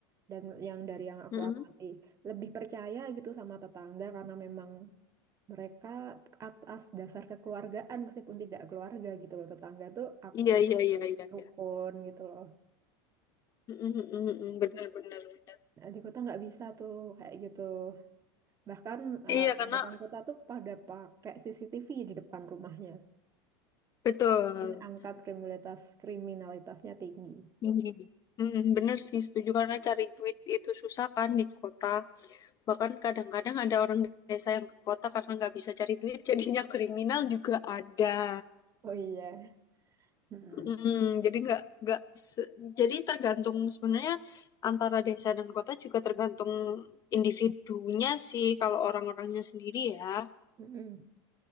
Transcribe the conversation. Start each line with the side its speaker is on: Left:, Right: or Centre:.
Right: dan yang dari yang aku
Left: Mm-mm.
Right: amati, lebih percaya gitu sama tetangga karena memang mereka atas dasar kekeluargaan meskipun tidak keluarga gitu loh, tetangga tuh aku
Left: Iya iya iya iya
Right: rukun
Left: iya.
Right: gitu loh.
Left: Mm-mm, mm-mm, mm-mm. Bener bener bener.
Right: Nah, di kota nggak bisa tuh kayak gitu. Bahkan eh,
Left: Iya karena
Right: orang kota tuh pada pakai CCTV di depan rumahnya.
Left: betul.
Right: Saking angka kriminalitas kriminalitasnya tinggi.
Left: Tinggi. Mm, bener sih setuju karena cari duit itu susah kan di kota. Bahkan kadang-kadang ada orang desa yang ke kota karena nggak bisa cari duit <laughs> jadinya kriminal juga ada.
Right: Oh iya. Mm-mm.
Left: Mm, jadi nggak nggak se- jadi tergantung sebenarnya antara desa dan kota juga tergantung individunya sih kalau orang-orangnya sendiri ya.
Right: Mm-mm.